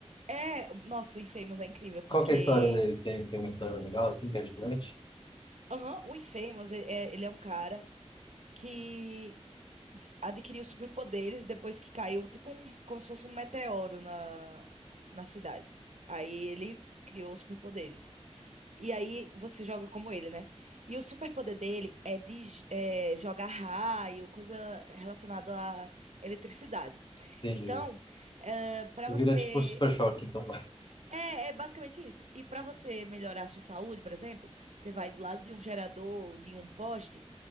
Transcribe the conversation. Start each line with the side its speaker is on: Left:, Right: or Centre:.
Right: é, nossa, o Infamous é incrível porque
Left: Qual que é a história dele? Tem, tem uma história legal assim, que é diferente?
Right: aham, o Infamous é- é- ele é um cara que adquiriu superpoderes depois que caiu, tipo um, como se fosse um meteoro na, na cidade. Aí ele criou os superpoderes. E aí você joga como ele, né? E o superpoder dele é de j- é, jogar raio, coisa relacionada à eletricidade.
Left: Entendi.
Right: Então, para
Left: vira
Right: você
Left: tipo Super Choque, então.
Right: é, é basicamente isso. E pra você melhorar a sua saúde, por exemplo, você vai do lado de um gerador, de um poste